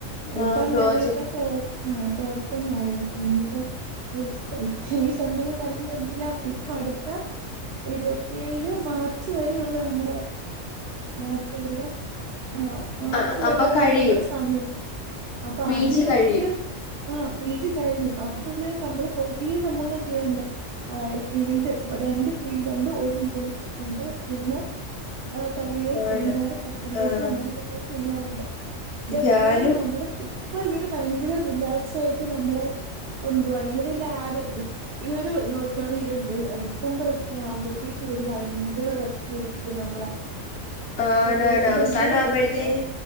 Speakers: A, on the right; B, on the left.
A: ഇപ്പം
B: ആഹ് പ്രോജക്ട്
A: ഞങ്ങളിപ്പ ആഹ് തേർഡ് സെമ്മായി പ്പോ ഇനിയിപ്പോ ഒരു ഈ സെമ്മിൽ ത എല്ലാം ഇപ്പം അട്ത്ത ഇരുപത്തേഴ് മാർച്ച് വരെ ഒള്ളൂ നമ്മുടെ മാ <unintelligible> ആഹ്. മാർച്ച്
B: ആ
A: വരെയൊള്ളൂ
B: അപ്പൊ കഴിയും
A: നമ്മടെ സമയം അപ്പൊ
B: പി
A: അതിനുള്ളില്
B: ജി കഴിയും
A: ആഹ് പി ജി കഴിഞ്ഞു അതിനുള്ളി നമ്മള് കൊറേ സംഭവങ്ങള് ചെയ്യണ്ടേ? ആഹ് ഫീൽഡ് രണ്ട് ഫീൽഡ്ണ്ട് ഒരു ഇന്റേൺഷിപ്പ് ഉണ്ട് പിന്നെ ആഹ് കൊറേ സെമിനാറ്
B: ആണ്
A: പ്രസന്റേഷൻ
B: ആഹ്
A: അങ്ങനെ കുറേ ചെയാന്ണ്ട് ഇതെല്ലാം
B: ഞാനും
A: കൂടെ നമ്മുടെ ഇപ്പൊ ഇവര് ഭയങ്കര റിലാക്സ് ആയിട്ട് നമ്മളെ കൊണ്ടുപോവാ ഇങ്ങനെ ലാഗട്പി ഈ ഒരു നോക്കാണെങ്ക ഡിസംബർ ഒക്കെ ആവുമ്പോഴത്തേക്ക് ഇവര് ഭയങ്കര <unintelligible> നമ്മളെ.
B: ആണാണ്
A: കുറേ ഇതെല്ലാം
B: അവസാനം
A: കൂടെ
B: ആവുമ്പഴത്തേക്ക്
A: ഒറ്റയടിക്ക്